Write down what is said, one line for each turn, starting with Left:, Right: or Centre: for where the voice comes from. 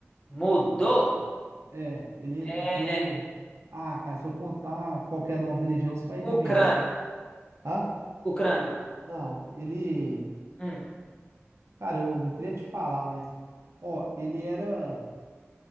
Left: Mudou?
Right: É, ele
Left: É.
Right: entrou. Ah, cara, se eu contar qualquer nova religião, você vai adivinhar.
Left: Ucrânia.
Right: Hã?
Left: Ucrânia.
Right: Não, ele.
Left: Hum,
Right: Cara, eu não queria te falar, mas. Ó, ele era.